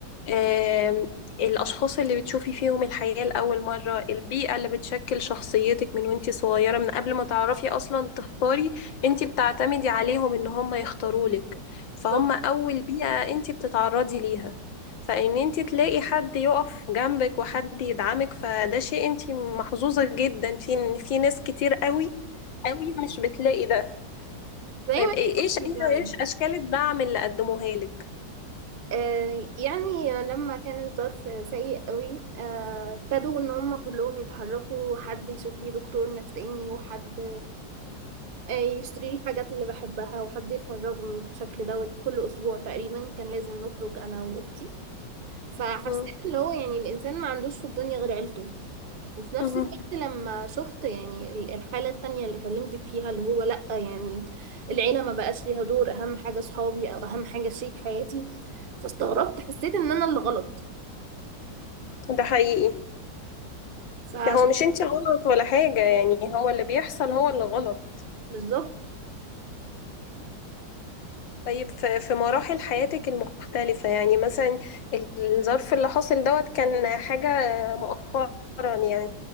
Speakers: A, on the left (about 80°); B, on the right (about 35°).
A: آم، الاشخاص اللي بتشوفي فيهم الحياة لأول مرة البيئة اللي بتشكل شخصيتك من وانتي صغيرة من قبل ما تعرفي اصلا تختاري انتي بتعتمدي عليهم ان هم يختارولك فهم
B: بالظبط
A: اول بيئة انتي بتتعرضي ليها فان انتي تلاقي حد يقف جنبك وحد يدعمك فده شيء انتي محظوظة جدا في في ناس كتير قوي قوي مش بتلاقي ده
B: زي ما
A: طيب إيه-
B: انت قلتي
A: ايش إيه-
B: فعلا
A: ايش اشكال الدعم اللي قدموها لك
B: آه، يعني لما كان الظرف سيء قوي آه، ابتدوا ان هم كلهم يتحركوا حد يشوف لي دكتور نفساني وحد آه، يشتري لي الحاجات اللي بحبها وحد يخرجني بشكل دوري كل اسبوع تقريبا كان لازم نخرج انا واختي فحسيت
A: مم.
B: اللي هو يعني الانسان ما عندوش في الدنيا غير عيلته وفي نفس
A: مم.
B: الوقت لما شفت يعني ال- الحالة التانية اللي كلمتك فيها اللي هو لأ يعني العيلة ما بقاش ليها دور أهم حاجة صحابي أو أهم حاجة شريك حياتي فاستغربت حسيت إن أنا اللي غلط
A: ده حقيقي
B: فعشان
A: ده هو مش انت غلط ولا حاجة يعني هو اللي بيحصل هو اللي غلط
B: بالظبط
A: طيب في في مراحل حياتك المختلفة يعني مثلا الظرف اللي حصل دوت كان حاجة مؤخرا يعني